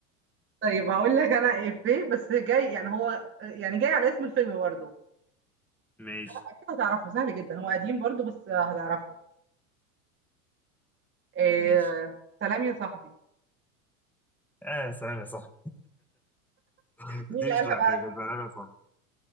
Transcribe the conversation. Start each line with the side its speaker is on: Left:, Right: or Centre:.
Right: <laughs> طيب هقول لك انا ايه بس جاي يعني هو يعني جاي على اسم الفيلم برضو
Centre: ماشي
Right: اكيد هتعرفه سهل جدا هو قديم برضو بس هتعرفه آه
Centre: ماشي
Right: سلام يا صاحبي
Centre: اه سلام يا صاحبي <laughs>
Right: مين
Centre: دي
Right: اللي قالها
Centre: مش محتاجه
Right: بقى
Centre: سلام يا صاحبي